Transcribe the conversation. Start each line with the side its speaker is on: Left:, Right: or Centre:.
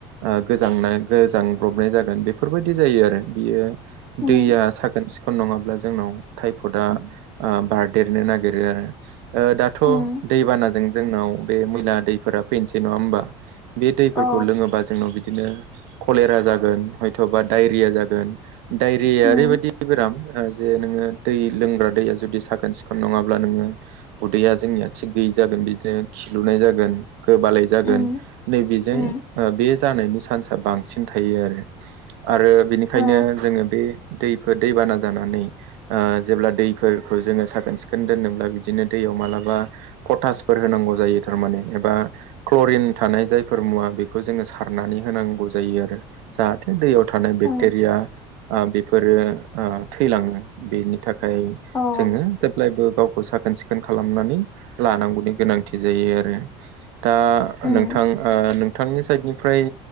Right: ओ गोजांना गोजां ब्रबनाय जागोन बेफोरबायदि जायो आरो बियो
Left: उम
Right: दैया साखोन सिखोन नङाब्ला जोंनाव थाइपदा ओ बारदेरनो नागेरो आरो। ओ दाथ'
Left: उम
Right: दैबानाजों जोंनाव बे मैला दैफोरा फैनोसै नङा होमबा? बे दैफोरखौ
Left: औ
Right: लोङोबा जोंनाव बिदिनो खलेरा जागोन हयथ'बा डायरिया जागोन। डायरियाया
Left: उम
Right: ओरैबायदि बेराम आ जे नोङो दै लोंग्रा दैया जुदि साखोन सिखोन नङाब्ला नोङो उदैया जोंनिया थिग गैयै जागोन बिदिनो खिलुनाय जागोन गोबालाय जागोन।
Left: उम
Right: नैबिजों
Left: उम
Right: ओ बे जानायनि चान्सआ बांसि थायो आरो आरो बिनिखायनो
Left: औ
Right: जोङो बे दैफोर दैबाना जानानै ओ जेब्ला दैफोरखो जोङो साखोन सिखोन दोन्नोब्ला बिदिनो दैयाव मालाबा पटासफोर होनांगौ जायो थारमाने एबा क्ल'रिन थानाय जायफोर मुवा बेखौ जोङो सारनानै होनांगौ जायो आरो। जाहाथे दैयाव थानाय बेक्टेरिया
Left: औ
Right: ओ बेफोरो ओ थैलाङो। बेनि थाखाय
Left: औ
Right: जोङो जेब्लायबो गावखौ साखोन सि खोन खालामनानै लानांगौनि गोनांथि जायो आरो। दा
Left: उम
Right: नोंथां ओ नोंथांनि साइडनिफ्राय